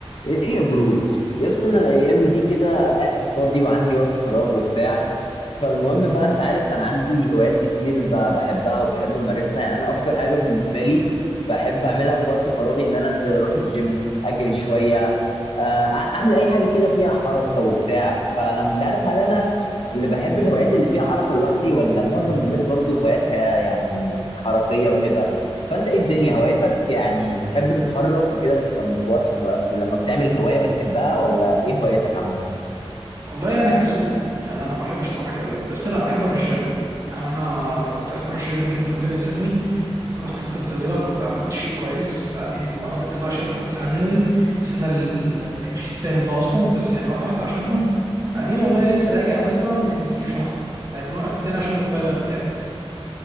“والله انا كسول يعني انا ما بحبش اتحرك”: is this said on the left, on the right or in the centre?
Right